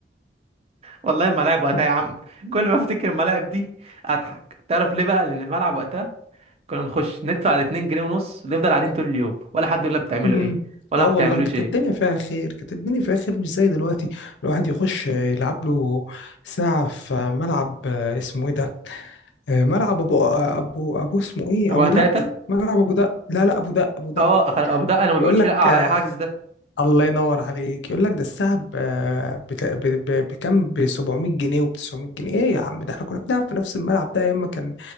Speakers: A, on the right; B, on the left.
A: والله الملاعب وقتها
B: طب
A: يا عم كل ما افتكر الملاعب دي اضحك تعرف ليه بقى لان الملعب وقتها كنا نخش ندفع الاتنين جنيه ونص نفضل قاعدين طول اليوم ولا حد يقول لنا بتعملوا
B: امم
A: ايه ولا
B: اه
A: ما
B: والله
A: بتعملوش
B: كانت
A: ايه
B: الدنيا فيها خير كانت الدنيا فيها خير مش زي دلوقتي الواحد يخش يلعب له ساعه في ملعب آه، اسمه ايه ده آه، ملعب ابو آه، ابو ابو اسمه ايه
A: ابو
B: ابو دقه
A: تاتا
B: ملعب ابو دقه لا لا ابو دقه ابو دقه
A: اه خل... ابو دقه انا ما
B: يقول
A: بيقولش
B: لك
A: لا على
B: آه،
A: اي حجز ده
B: الله ينور عليك يقول لك ده الساعه ب- بت- ب- ب- بكام ب 700 جنيه وب 900 جنيه ايه يا عم ده احنا كنا بنلعب في نفس الملعب ده ايام ما كان